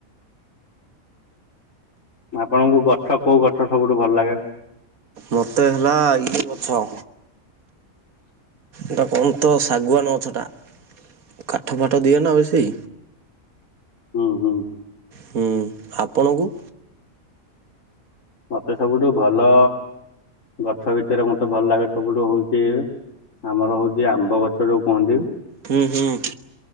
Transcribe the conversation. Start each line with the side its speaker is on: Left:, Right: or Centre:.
Left: ଆପଣଙ୍କୁ ଗଛ କୋଉ ଗଛ ସବୁଠୁ ଭଲ ଲାଗେ?
Right: ମତେ ହେଲା ଇଏ ଗଛ ଏଟା କଣ ତ ଶାଗୁଆାନ ଗଛଟା କାଠ ଫାଠ ଦିଏ ନା ବେଶୀ?
Left: ହୁଁ ହୁଁ।
Right: ହୁଁ ଆପଣଙ୍କୁ?
Left: ମତେ ସବୁଠୁ ଭଲ ଗଛ ଭିତରେ ମତେ ଭଲ ଲାଗେ ସବୁଠୁ ହଉଚି ଆମର ହଉଛି ଆମ୍ବ ଗଛ ଯୋଉ କୁହନ୍ତି।
Right: ହୁଁ ହୁଁ।